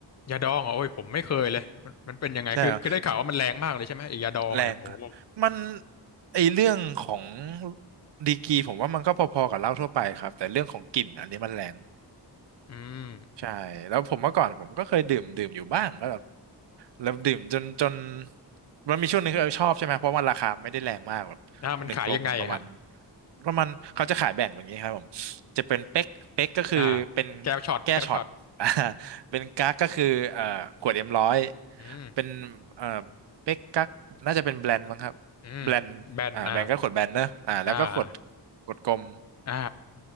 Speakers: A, on the left; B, on the right.
A: ยาดองเหรอโอ้ยผมไม่เคยเลยมันมันเป็นยังไงคือคือได้ข่าวว่ามันแรงมากเลยใช่ไหมไอ้ยาดองเนี่ยโอ้โห
B: ใช่เหรอ แรงค่ะมันไอเรื่องของดีกรีผมว่ามันก็พอๆกับเหล้าทั่วไปครับแต่เรื่องของกลิ่นอันนี้มันแรง
A: อืม
B: ใช่แล้วผมเมื่อก่อนผมก็เคยดื่มดื่มอยู่บ้างก็แบบ แล้วดื่มจนจนมันมีช่วงหนึงที่เออชอบใช่ไหมเพราะมันราคาไม่ได้แรงมากแบบหนึ่งกลมมันประมาณ
A: อ่ามันขายยังไงอะฮะ
B: ประมาณเขาจะขายแบ่งแบบนี้ครับผมจะเป็นเป๊กเป๊กก็คือเป็น
A: อ่าแก้วช็อตแก้วช็อต
B: แก้ช็อต <laughs> อ่าเป็นกั๊กก็คือเอ่อขวดเอ็มร้อย
A: อืม
B: เป็นเอ่อเป๊กกั๊กน่าจะเป็นแบรนด์มั้งครับแบรนด์อ่าแบรนด์ก็ขวดแบรนด์เนอะอ่าแล้วก็ขวด
A: อืมแบนอ่าอ่า
B: ขวดกลม
A: อ่า